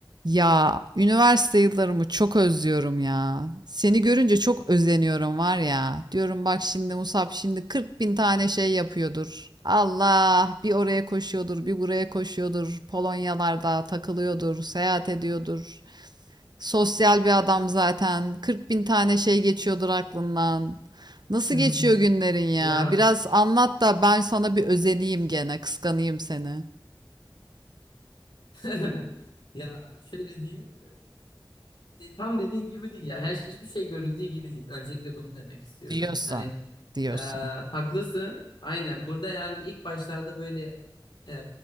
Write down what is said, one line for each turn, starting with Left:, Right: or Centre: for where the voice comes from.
Right: Ya üniversite yıllarımı çok özlüyorum ya. Seni görünce çok özeniyorum var ya. Diyorum bak şimdi Musab şimdi 40 bin tane şey yapıyordur. Allah bir oraya koşuyordur, bir buraya koşuyordur. Polonyalarda takılıyordur, seyahat ediyordur. Sosyal bir adam zaten. 40 bin tane şey geçiyordur aklından. Nasıl
Left: <laughs>
Right: geçiyor günlerin ya?
Left: Ya
Right: Biraz anlat da ben sana bir özeneyim gene, kıskanayım seni
Left: <laughs> ya şöyle diyeyim. De- Tam dediğin gibi değil ya. Her şey hiçbir şey göründüğü gibi değil. Öncelikle bunu demek istiyorum.
Right: Diyorsan.
Left: Hani
Right: diyorsan.
Left: e, haklısın. Aynen. Burada yani ilk başlarda böyle e,